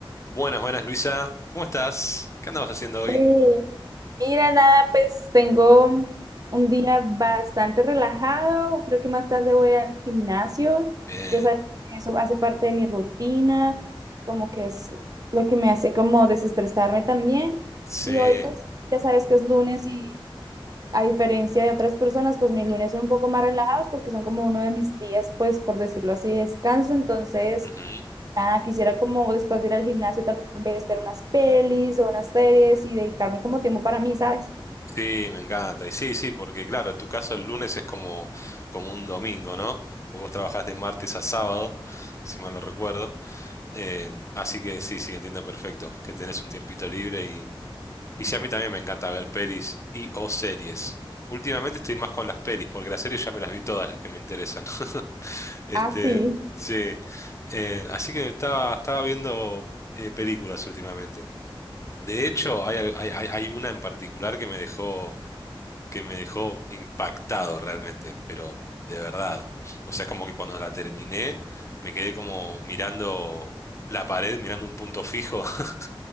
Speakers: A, on the left (about 30°); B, on the right (about 45°).
A: Buenas, buenas, Luisa. ¿Cómo estás? ¿Qué andabas haciendo hoy?
B: Hey, mira, nada, pues tengo un día bastante relajado. Creo que más tarde voy al gimnasio.
A: Bien.
B: Ya sabes que eso hace parte de mi rutina, como que es lo que me hace como desestresarme también.
A: Sí.
B: Y hoy, pues, ya sabes que es lunes y a diferencia de otras personas, pues mis lunes son un poco más relajados porque son como uno de mis días, pues, por decirlo así, de descanso. Entonces,
A: ujú.
B: nada, quisiera como después de ir al gimnasio tal vez ver unas pelis o unas series y dedicarme como tiempo para mí, ¿sabes?
A: Sí, me encanta. Y sí, sí, porque claro, en tu caso el lunes es como, como un domingo, ¿no? Porque vos trabajás de martes a sábado, si mal no recuerdo. Em, así que sí, sí, entiendo perfecto que tenés un tiempito libre y, y sí, a mí también me encanta ver pelis y o series. Últimamente estoy más con las pelis, porque las series ya me las vi todas las que me interesan. <laughs> Este,
B: Ah, sí.
A: sí. Eh, así que estaba, estaba viendo eh, películas últimamente. De hecho, hay, al- hay, hay hay una en particular que me dejó, que me dejó impactado realmente, pero de verdad. O sea, como que cuando la terminé, me quedé como mirando la pared, mirando un punto fijo. <laughs>